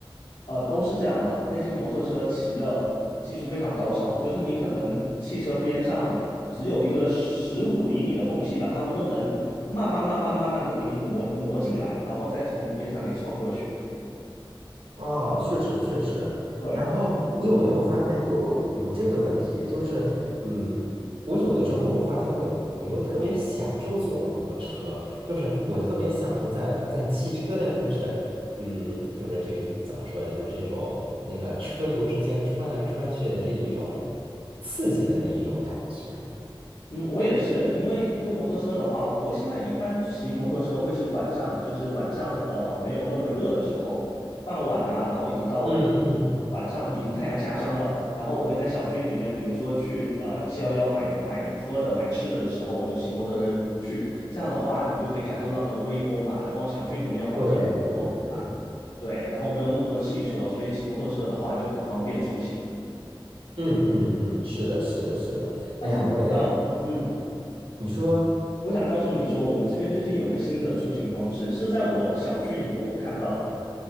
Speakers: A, on the left; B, on the right.
A: 呃，都是这样的。那些摩托车骑的技术非常高超，就是你可能汽车边上只有一个十五厘米的缝隙吧，他们都能慢慢慢慢慢慢的给你挪挪进来，然后再从你边上给穿过去。
B: 啊，确实确实。
A: 对，
B: 然后你有没有发现有有这个问题？
A: 通过摩托
B: 就是，嗯，我有的时候我发现我我又特别享受坐摩托车，就是我特别享受在在汽车的，就是嗯，就是这怎么说呢？就是这种那个车流之间穿来穿去的这一种刺激的那一种感觉。
A: 嗯，我也是，因为坐摩托车的话，我现在一般骑摩托车会是晚上，就是晚上呃没有那么热的时候，傍晚呐、然后一直到
B: 嗯嗯，
A: 晚上已经太阳下山了，然后我会在小区里面，比如说去呃七幺幺买买喝的、买吃的的时候，我就骑摩托车去，这样的话你就可以感受到那个微风嘛，然后小区里面环境哦
B: 对对对，
A: 对，然后没有那么多汽车，所以骑摩托车的话就很方便出行。
B: 嗯嗯嗯，是的，是的，是的。
A: 但是你知道，
B: 哎呀，我也，
A: 嗯，
B: 你说。
A: 我想告诉你说，我们这边最近有个新的出行方式，是在我小区里面我看到的，